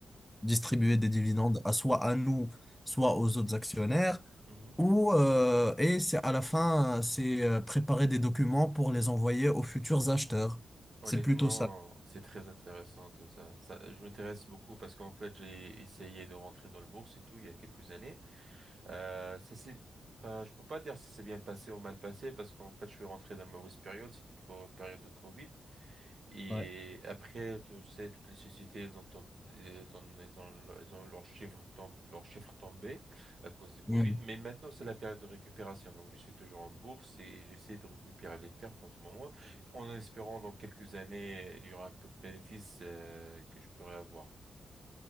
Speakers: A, in the centre; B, on the right.
A: distribuer
B: Hmm.
A: des dividendes à, soit à nous, soit aux autres actionnaires.
B: Mhm.
A: Ou euh, et c'est à la fin, euh, c'est euh, préparer des documents pour les envoyer aux futurs acheteurs.
B: Honnêtement,
A: C'est plutôt ça.
B: c'est très intéressant tout ça. Ça, je m'intéresse beaucoup parce qu'en fait, j'ai essayé de rentrer dans le bourse et tout il y a quelques années. Euh, ça c'est pas, je peux pas dire si c'est bien passé ou mal passé parce qu'en fait, je suis rentré dans la mauvaise période. C'était la période de Covid. Et
A: Ouais.
B: après, tu sais, toutes les sociétés, elles ont, tom- elles ont, elles ont, elles ont eu leurs chiffres tom- leurs chiffres tombés à cause du Covid.
A: Mm.
B: Mais maintenant, c'est la période de récupération. Donc, je suis toujours en bourse et j'essaie de récupérer les pertes en ce moment, en espérant dans quelques années, il y aura un peu de bénéfices euh, que je pourrai avoir.